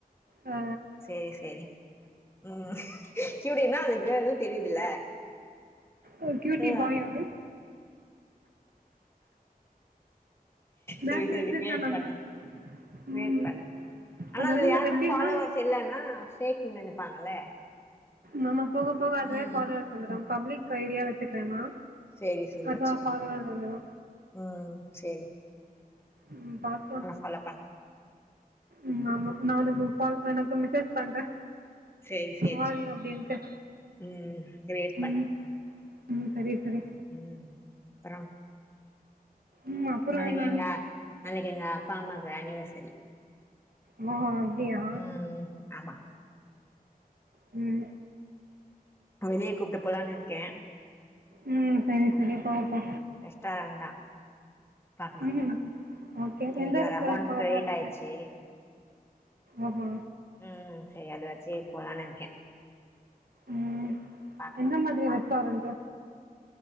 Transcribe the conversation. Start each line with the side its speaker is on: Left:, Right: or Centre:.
Right: ஹ
Left: சேரி சேரி ம் இப்டினா அதுக்குனு தெரியுதுல
Right: ஒரு கியூட்டி
Left: ஆ
Right: பாய் அவ்ரு பேக்ல
Left: சரி சரி
Right: வச்சுக்கலாம்
Left: கிரியேட்
Right: நம்ம
Left: பண்ணு கிரியேட்
Right: ம்
Left: பண்ணு ஆனா
Right: அது வந்து
Left: அதுல
Right: இந்த
Left: யாருமே
Right: எப்படின்னா
Left: ஃபாலோவர்ஸ் இல்லன்னா பேஃக்கு நெனைப்பாங்கல்ல
Right: நாம போக போக அதுவே
Left: ம்
Right: ஃபாலோவர்ஸ் வந்துரு பப்ளிக் ஐ டி யா வச்சுக்கிறேனா
Left: சேரி சேரி
Right: அப்ப
Left: வச்சுக்கோ
Right: ஃபாலோவர்ஸ் வந்துரு
Left: ம் சேரி
Right: ம் பாப்போ
Left: அவ்ளோதா
Right: ம் ஆமா நா உனக்கு கால் <unintelligible> மெசேஜ் பண்றே
Left: சேரி சேரி
Right: வாரிய அப்டின்ட்டு
Left: ம் கிரியேட்
Right: உம் ம் சரி சரி
Left: உம் அப்புறம்
Right: ம் அப்புறம்
Left: நாளைக்
Right: என்ன
Left: எங்க நாளைக்கு எங்க அப்பா அம்மாக்கு ஏனிவர்சரி
Right: மம அப்டியா
Left: உம் ஆமா
Right: ம்
Left: வெளியே கூப்ட்டு போலான்னு இருக்கே
Right: உம் சரி சரி பாப்போ
Left: ரெஸ்டாரண்ட் தா பாக்கலா
Right: ம் ஓகே
Left: இன்னைக்கு
Right: எந்த
Left: வேற
Right: ரெஸ்டாரண்ட்
Left: அமௌண்ட்
Right: போலதா
Left: கிரெடிட்
Right: இருக்கே
Left: ஆயிடுச்சு
Right: ஆமா
Left: ம் செரி அது வச்சு இப்போதா நெக்கே
Right: ம்
Left: பாக்கலா
Right: எந்த மாதிரியான ரெஸ்டாரன்ட்டு